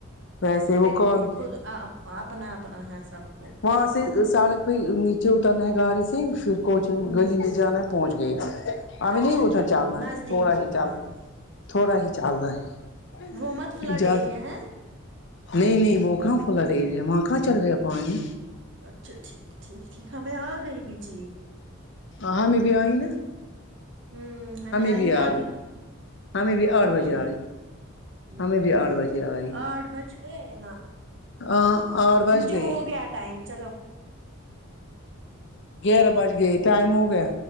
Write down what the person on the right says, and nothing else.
کو
خود ا اپنا اپنا ہے سب کو
ہ
اچھا
ٹھیک
ٹھیک نزدیک
ہاں
وہ مت فلڈ
ایریا ہے
اچھا ٹھیک ٹھیک ٹھیک ہمیں آ گئی بجلی
ہوں ہمیں آئی
اب
اب
آئی ہوں
آٹھ بج گۓ نا
مجھے
ہو گیا ٹائم چلو